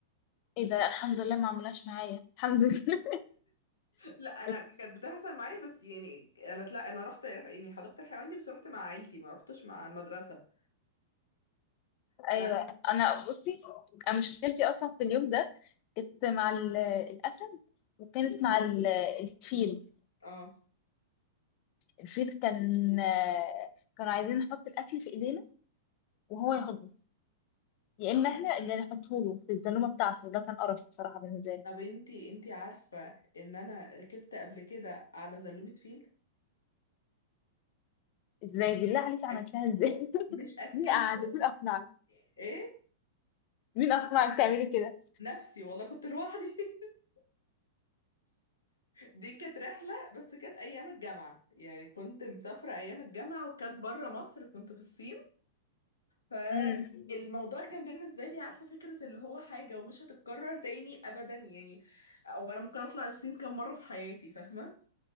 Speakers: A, on the left; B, on the left.
A: ايه ده الحمد لله ما عملهاش معايا الحمد لله
B: لا انا
A: <laughs>
B: كانت بتحصل معايا بس يعني انا طلع انا رحت يعني حديقة الحيوان دي بس رحت مع عيلتي ما رحتش مع المدرسة ف
A: ايوه انا بصي انا مشكلتي اصلا في اليوم ده كنت مع ال- الاسد وكانت مع ال- الفيل
B: اه
A: الفيل كان آه، كانوا عايزين نحط الاكل في ايدينا وهو ياخده يا اما احنا اللي نحطه له في الزلومه بتاعته ده كان قرف بصراحه بالنسبه لي
B: طب انتي انتي عارفة ان انا ركبت قبل كده على زلومة فيل
A: ازاي بالله عليك عملتها
B: أك...
A: ازاي
B: مش
A: <laughs>
B: اكلته
A: مين قعدك مين اقنعك
B: ايه
A: مين اقنعك تعملي كده
B: نفسي والله كنت لوحدي <laughs> دي كانت رحلة بس كانت ايام الجامعة يعني كنت مسافرة ايام الجامعة وكانت بره مصر كنت في الصين فالموضوع
A: امم
B: كان بالنسبة لي عارفة فكرة اللي هو حاجة ومش هتتكرر تاني أبدا يعني أو أنا ممكن أطلع الصين كم مرة في حياتي فاهمة